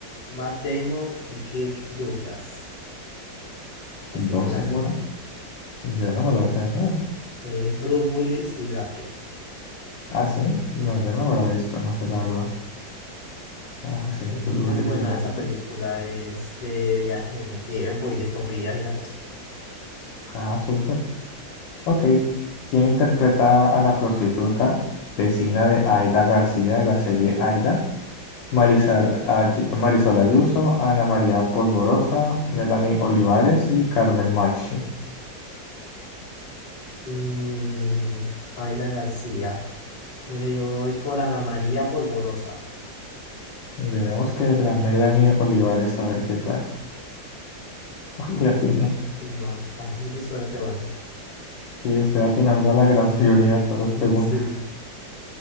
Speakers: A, on the left; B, on the left.
A: Matt Damon y Kirk Douglas. Esa
B: doce
A: sí me la sé
B: monos.
A: tan.
B: Yo no me la sé. Oh,
A: Es Bruce Willis y Brad Pitt.
B: Ah, sí. No, yo no me la he visto, no sé la verdad. Ah, sí,
A: Es
B: pues
A: muy
B: Willis
A: buena
B: y Brad
A: esa película,
B: Pitt.
A: es de viaje en el tiempo y distopía y la cosa.
B: Ah, súper. Ok. ¿Quién interpreta a la prostituta vecina de Aida García de la serie Aida? Marisol, Ayu- Marisol Ayuso, Ana María Polvorosa, Melanie Olivares y Carmen Machi.
A: Mm, Aida García. Bueno, yo me voy por Ana María Polvorosa.
B: Digamos que la Melanie Olivares, a ver qué tal. <laughs> La tiene.
A: No, estás muy de suerte hoy.
B: Y estoy atinando a la gran <laughs> mayoría de todas las preguntas.
A: <laughs> Sí.